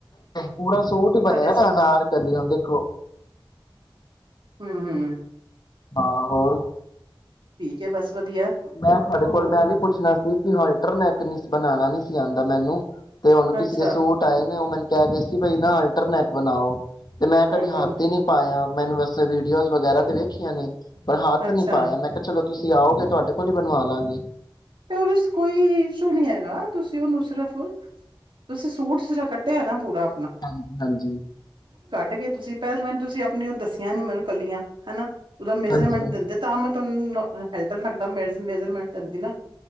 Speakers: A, on the left (about 50°); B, on the right (about 65°).
A: ਪੂਰਾ ਸੋਟ ਹੀ ਬਣੇਗਾ
B: ਛੇ
A: ਨਾ ਅਨਾਰ ਕਲੀ ਨਾ ਦੇਖੋ
B: ਹੂੰ ਹੂੰ
A: ਹਾਂ ਹੋਰ
B: ਠੀਕ ਏ ਬਸ ਵਧੀਆ
A: ਮੈਂ ਤੁਹਾਡੇ
B: ਓਹੋ
A: ਕੋਲ ਮੈਂ ਵੀ ਪੁੱਛਣਾ ਸੀ ਹੋਲਟਰ ਨੈਕ ਨ ਬਣਾਨਾ ਨੀ ਸੀ ਆਂਦਾ ਮੈਨੂੰ ਤੇ ਹੁਣ ਕਿਸ
B: ਅੱਛਾ
A: ਦੇ ਸੂਟ ਆਏ ਨੇ ਉਹ ਮੈਨੂੰ <unintelligible> ਬਈ ਨਾ ਅਲਟਰਨੈਕ ਬਣਾਓ ਤੇ ਮੈਂ ਕਦੀ
B: ਅਲਟਰਨੇਟ
A: ਹੱਥ ਹੀ ਨਹੀਂ ਪਾਇਆ ਮੈਨੂੰ ਵੈਸੇ ਵੀਡੀਓਜ਼ ਵਗੈਰਾ ਤੇ ਦੇਖੀਆਂ ਨੇ ਪਰ ਹੱਥ
B: ਅੱਛਾ
A: ਨਹੀਂ ਪਾਇਆ ਮੈਂ ਕਿਹਾ ਚਲੋ ਤੁਸੀਂ ਆਓਗੇ ਤੁਹਾਡੇ ਕੋਲੋ ਬਣਵਾ ਲਾਂਗੇ
B: ਤੇ ਉਹਦੇ ਕੋਈ ਇਸ਼ੂ ਨੀ ਹੈਗਾ ਤੁਸੀਂ ਉਹਨੂੰ ਸਿਰਫ ਤੁਸੀਂ ਸੂਟ ਜਿਸ ਤਰ੍ਹਾਂ ਕੱਟਿਆ ਨਾ ਪੂਰਾ
A: ਹਾਂਜੀ ਹਾਂਜੀ
B: ਮੈ ਕਿਹਾ ਤੁਸੀਂ ਪਹਿਲ ਮੈਨੂੰ ਤੁਸੀਂ ਆਪਣੀਆਂ ਦੱਸਿਆ ਨੀ ਮੈਨੂੰ ਕੱਲੀਆਂ ਹਨਾ ਉਹਦਾ ਮੇਜਰਮੈਂਟ
A: ਹਾਂਜੀ
B: ਦਿੰਦੇ ਤਾਂ ਮੈਂ <unintelligible> ਮੇਜ਼ਰਮੈਂਟ ਜਾਂਦੀ ਨਾ।